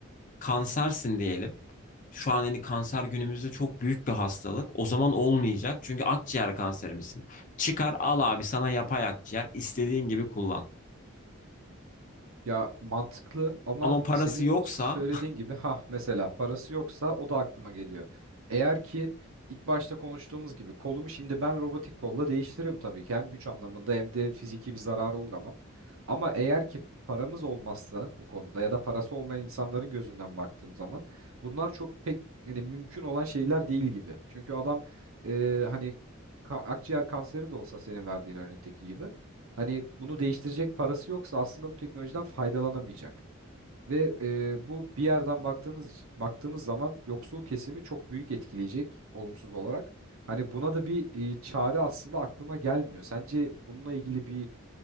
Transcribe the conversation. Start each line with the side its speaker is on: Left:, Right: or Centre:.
Left: kansersin diyelim. Şu an hani kanser günümüzde çok büyük bir hastalık. O zaman olmayacak. Çünkü akciğer kanserimizin. Çıkar al abi sana yapay akciğer. istediğin gibi kullan.
Right: Ya mantıklı ama
Left: Ama parası
Right: senin
Left: yoksa
Right: söylediğin gibi ha mesela parası yoksa o da aklıma geliyor. Eğer ki ilk başta konuştuğumuz gibi kolumu şimdi ben robotik kolla değiştiririm tabii ki. Hem güç anlamında hem de fiziki bir zarara uğramam. Ama eğer ki paramız olmazsa bu konuda ya da parası olmayan insanların gözünden baktığım zaman bunlar çok pek yani mümkün olan şeyler değil gibi. Çünkü adam e, hani ka- akciğer kanseri de olsa senin verdiğin örnekteki gibi Hani bunu değiştirecek parası yoksa aslında bu teknolojiden faydalanamayacak. Ve e, bu bir yerden baktığınız baktığımız zaman yoksul kesimi çok büyük etkileyecek olumsuz olarak. Hani buna da bir e, çare aslında aklıma gelmiyor. Sence bununla ilgili bir